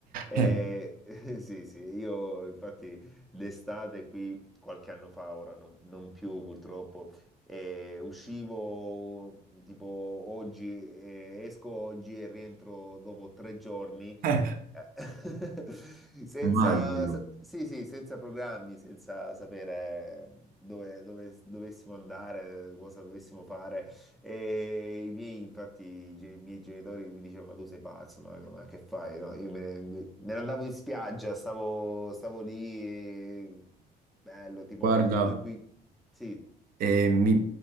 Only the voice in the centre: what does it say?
E,
<laughs> sì, sì, io infatti l'estate qui, qualche anno fa, ora non non più purtroppo. E uscivo tipo oggi, eh, esco oggi e rientro dopo tre giorni
eh, <laughs> Senza,
sa- sì, sì, senza programmi, senza sapere dove, dove dovessimo andare, cosa dovessimo fare. E i miei, infatti, i ge- i miei genitori mi dicevano: Ma tu sei pazzo, ma, ma che fai? No, io me, me ne andavo in spiaggia, stavo, stavo lì, e- bello, tipo
noi qui. Sì,